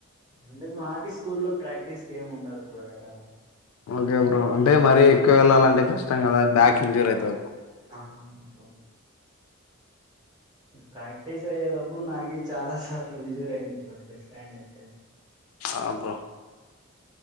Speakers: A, on the right; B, on the left.
A: అంటే మాకి స్కూల్ లో ప్రాక్టీస్కి ఏమి ఉండదు బ్రో యాడ.
B: Okay bro. అంటే మరీ ఎక్కువ ఎళ్ళాలంటే కష్టం కదా! బ్యాక్ ఇంజూర్ అయితది
A: ఆ అవును బ్రో ప్రాక్టీస్ అయ్యేటప్పుడు నాకి చాలా సార్లు ఇంజుర్ అయింది బ్రో. లెఫ్ట్ హ్యాండ్ అయితే,
B: ఆ బ్రో